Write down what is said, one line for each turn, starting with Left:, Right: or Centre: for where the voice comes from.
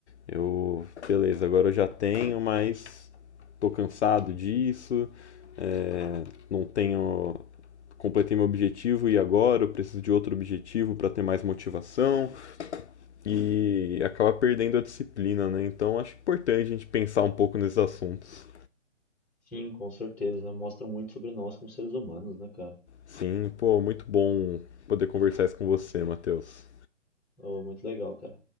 Left: eu, beleza, agora eu já tenho, mas tô cansado disso, é, não tenho, completei meu objetivo e agora eu preciso de outro objetivo para ter mais motivação e acaba perdendo a disciplina, né? Então acho importante a gente pensar um pouco nesses assuntos.
Centre: Sim, com certeza. Mostra muito sobre nós como seres humanos, né, cara?
Left: Sim, pô, muito bom poder conversar isso com você, Matheus.
Centre: Oh, muito legal, cara.